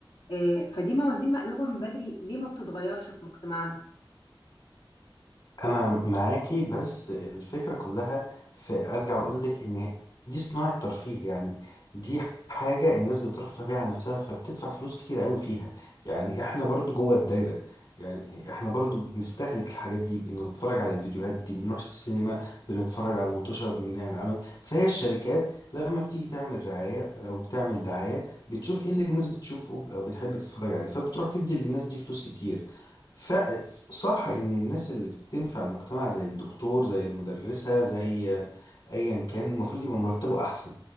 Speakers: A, on the left (about 75°); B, on the left (about 55°).
A: آه، فدي موازين مقلوبه من بدري ليه ما بتتغيرش في مجتمعنا
B: انا معاكي بس الفكره كلها في ارجع اقول لك ان دي صناعه ترفيه يعني دي حاجه الناس بترفه بيها عن نفسها فبتدفع فلوس كتير قوي فيها يعني احنا برضو جوه الدايره يعني احنا برضو بنستهلك الحاجات دي بنتفرج على الفيديوهات دي بنروح السينما بنتفرج على المطوشه بنعمل عمل فهي الشركات لما بتيجي تعمل رعايه او بتعمل دعايه بتشوف ايه اللي الناس بتشوفه او بتحب تتفرج عليه فبتروح تدي للناس دي فلوس كتير فصح ان الناس اللي بتنفع المجتمع زي الدكتور زي المدرسة زي ايا كان المفروض يبقى مرتبه احسن